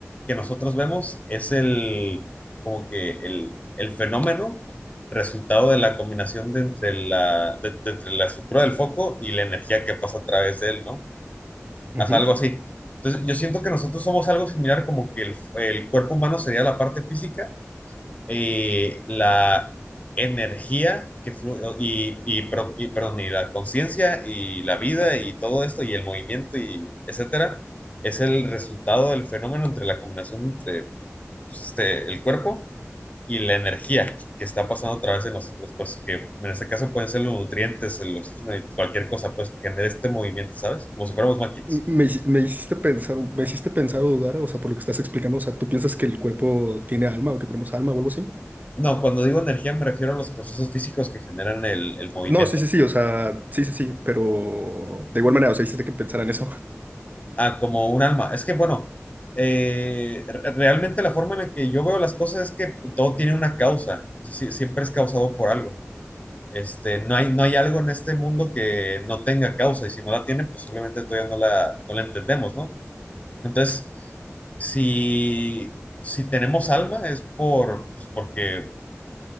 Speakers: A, on the left (about 30°); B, on the right (about 35°).
A: que nosotros vemos es el, como que el, el fenómeno resultado de la combinación de entre la, de- de entre la estructura del foco y la energía que pasa a través de él, ¿no?
B: Ujú.
A: haz algo así. Entonces, yo siento que nosotros somos algo similar, como que el, el cuerpo humano sería la parte física, eh, la energía que fluye y, y, pro- y, perdón, y la conciencia y la vida y todo esto y el movimiento y etcétera, es el resultado del fenómeno entre la combinación entre pues, este, el cuerpo y la energía que está pasando a través de nosotros, pues que en este caso pueden ser los nutrientes, el oxígeno y cualquier cosa, pues que genere este movimiento, ¿sabes? Como si fuéramos máquinas.
B: M- Me, hici- me hiciste pensar, me hiciste pensar o dudar, o sea, por lo que estás explicando, o sea, ¿tú piensas que el cuerpo tiene alma o que tenemos alma o algo así?
A: No, cuando digo energía me refiero a los procesos físicos que generan el, el movimiento.
B: No, sí, sí, sí, o sea, sí, sí, sí, pero de igual manera, o sea, hiciste que pensar en eso. <laughs>
A: Ah, como un alma. Es que, bueno, eh, re- realmente la forma en la que yo veo las cosas es que todo tiene una causa. O sea, sí- siempre es causado por algo. Este, no hay, no hay algo en este mundo que no tenga causa y si no la tiene, pues simplemente todavía no la, no la entendemos, ¿no? Entonces, si, si tenemos alma es por, pues porque